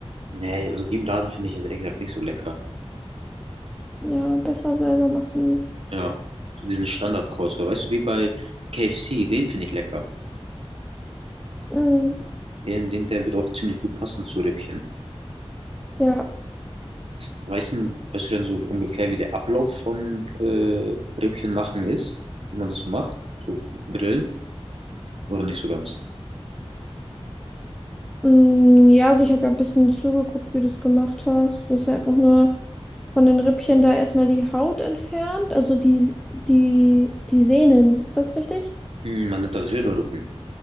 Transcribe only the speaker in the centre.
Ja, besser selber machen.
Mhm.
Ja,
mm, ja, also ich habe ja ein bisschen zugeguckt, wie du es gemacht hast. Du hast ja einfach nur von den Rippchen da erstmal die Haut entfernt, also die, die, die Sehnen. Ist das richtig?